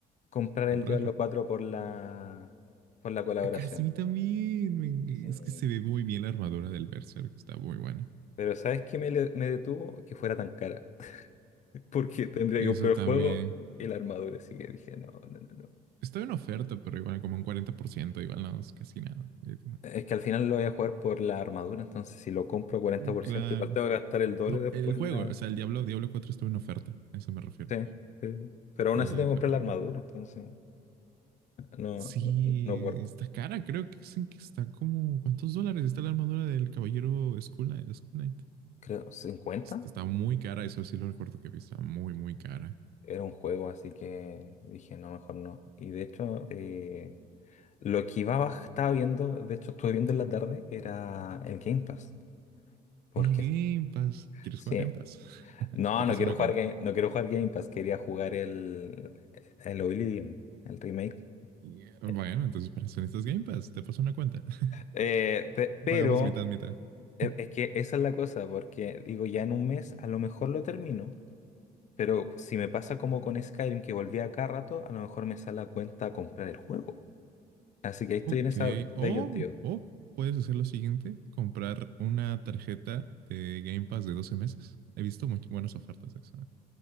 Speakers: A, on the left; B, on the right.
A: comprar el
B: Comprarlo.
A: Diablo cuatro por la, por la colaboración.
B: Acá sí, a mí también. me-
A: Sí.
B: Es que se ve muy bien la armadura del Berserk. Está muy buena.
A: Pero ¿sabes qué me, le- me detuvo? Que fuera tan cara. <laughs> Porque tendría
B: Eso
A: que comprar
B: también.
A: el juego y la armadura. Así que dije, no, no, no, no.
B: Estaba en oferta, pero igual como un 40%, igual no es casi nada. Eh,
A: Es que al final lo voy a jugar por la armadura. Entonces, si lo compro cuarenta por
B: Claro.
A: ciento igual tengo que gastar el doble
B: No,
A: después.
B: el juego,
A: La...
B: o sea, el Diablo, Diablo cuatro estuvo en oferta, a eso me refiero.
A: Sí, sí. sí. Pero aún
B: Eh,
A: así tengo que comprar
B: pero
A: la armadura. Entonces, no,
B: sí,
A: no, no guardo.
B: está cara, creo que dicen que está como, ¿cuántos dólares está la armadura del caballero Skull Knight? Skull Knight?
A: Creo, cincuenta
B: Est- Está muy cara, eso sí lo recuerdo que vi, está muy, muy cara.
A: Era un juego, así que dije, no, mejor no. Y de hecho, eh, lo que iba, baj- estaba viendo, de hecho estuve viendo en la tarde, era el Game Pass. Porque,
B: El Game Pass, ¿quieres
A: sí,
B: jugar Game Pass? <laughs>
A: no,
B: Te
A: no
B: paso
A: quiero
B: una
A: jugar
B: cuenta.
A: Game, no quiero jugar Game Pass, quería jugar el, el Oblivion, el remake.
B: Yeah. Bueno,
A: Eh,
B: entonces para eso necesitas Game Pass. Te paso una cuenta. <laughs>
A: eh, pe- pero
B: Pagamos mitad, mitad.
A: eh,
B: <laughs>
A: es que esa es la cosa, porque digo, ya en un mes a lo mejor lo termino, pero si me pasa como con Skyrim, que volví a cada rato, a lo mejor me sale a cuenta comprar el juego. Así que ahí estoy
B: Ok.
A: en esa disyuntiva.
B: O, o puedes hacer lo siguiente: comprar una tarjeta de Game Pass de 12 meses. He visto much- buenas ofertas de eso.